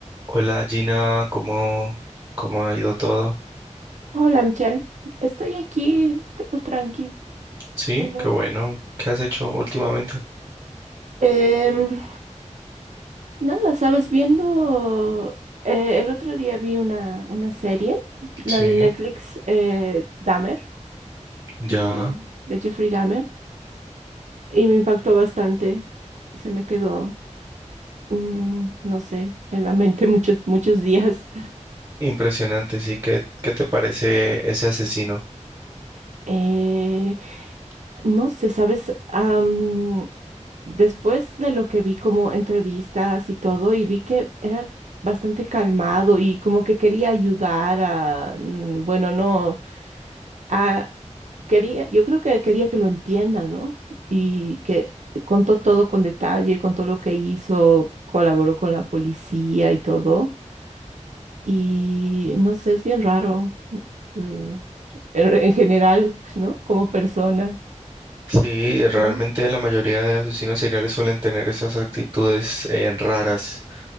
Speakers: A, on the right; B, on the right.
A: Hola Gina, ¿cómo, cómo ha ido todo?
B: Hola Michelle, estoy aquí todo tranquilo,
A: Sí,
B: solo.
A: qué bueno. ¿Qué has hecho últimamente?
B: Em, nada, sabes, viendo eh, el otro día vi una, una serie, la
A: Sí,
B: de Netflix, eh, Dahmer,
A: ya.
B: eh, de Jeffrey Dahmer, y me impactó bastante. Se me quedó, mm, no sé, en la mente <laughs> muchos, muchos días.
A: Impresionante, sí. ¿Qué, qué te parece ese asesino?
B: Eh, no sé, ¿sabes? Am, después de lo que vi como entrevistas y todo, y vi que era bastante calmado y como que quería ayudar a, mm, bueno, no, a, quería, yo creo que quería que lo entiendan, ¿no? Y que contó todo con detalle, contó lo que hizo, colaboró con la policía y todo. Y no sé, es bien raro, eh, en en general, ¿no? Como persona.
A: Sí, realmente
B: Ujú.
A: la mayoría de asesinos seriales suelen tener esas actitudes eh, raras